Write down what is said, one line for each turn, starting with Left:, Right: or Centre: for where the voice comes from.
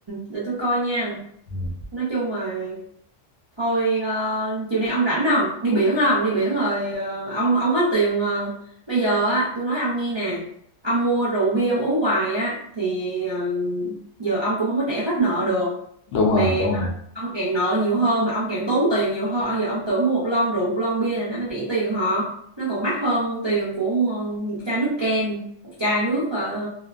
Right: để tôi coi nha.
Left: Ừm,
Right: Nói chung là Thôi ờ, chiều nay ông rảnh không? Đi biển không? Đi biển rồi ờ, ông ông hết tiền ờ, bây giờ á, tôi nói ông nghe nè. Ông mua rượu bia ông uống hoài á thì ờ, giờ ông cũng không có trả hết nợ được.
Left: đúng
Right: Mẹ
Left: rồi, đúng rồi.
Right: ông càng nợ nhiều hơn mà ông càng tốn tiền nhiều hơn. Ông giờ ông tưởng mua một lon rượu, một lon bia là nó nó rẻ tiền họ. Nó còn mắc hơn tiền của mua một chai nước kem, một chai nước ờ,